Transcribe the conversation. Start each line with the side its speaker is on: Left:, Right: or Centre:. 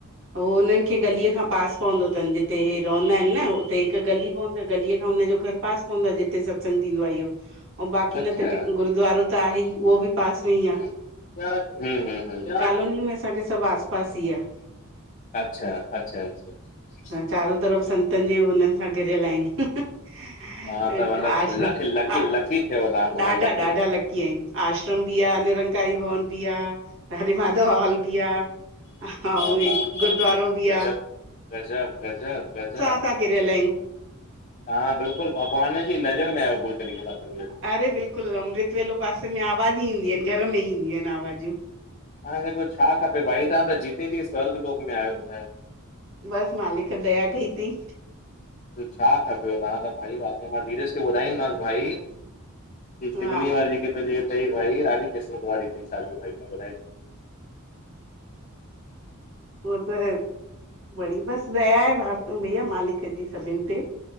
Right: हो हुनन् खे गलीअ खां पास पवंदो थन् जिते हे रहंदा आहिन न हुते हिक गली पवी गलीअ खां हुन घर। पास पवंदो आ जिते सत्संग थींदो आहे इहो बाक़ी
Left: अच्छा
Right: न त गुरूद्वारो त आहे ई उहो बि। पास में ई
Left: हम्म
Right: आ,
Left: हम्म हम्म
Right: कॉलोनी में असांखे। सभ आस पास ई आ।
Left: अच्छा अच्छा अच्छाअच्छा।
Right: चारो तरफ़ संतन जे हुनसां घेरयल आहियूं।
Left: तव्हां त मतिलबु
Right: आशा
Left: लकी लकी
Right: ॾाढा
Left: लकी थियव तव्हां त लकी
Right: ॾाढा लॻ। कीअं आश्रम बि आ, निरंकारी भवन बि आहे हरे माधव हॉल बि आ। हां उवो
Left: अल्लाह
Right: इ
Left: भाई
Right: गुरुद्वारो बि
Left: गजब
Right: आ।
Left: गजब गजब गज़ब।
Right: असां घिरियल आहियूं
Left: तां बिल्कुल भॻवान जी नज़र में आयो पूरी तरीक़े सां। करे वेठो।
Right: अरे बिल्कुल अमृतवेलो पासे में आ आवाज ईंदी आहिन घर में ईंदियूं आहिन आवाजूं।
Left: तांखे त छा खपे भाई तां त जिते जी स्वार्ग लोक में आयो ॿुधायो।
Right: बस मालिक दया कई थई।
Left: त छा खपेव भा त भई वाकई मां धीरज खे ॿुधाईंदाव भाई। के सिवली
Right: हा
Left: वारी के कयो उथे भाई ॾाडी किसमत वारीथई साली भाई। हेलो भाई।
Right: उहा त वड़ी बस दया आहे भईया मालिक जी सभिन ते।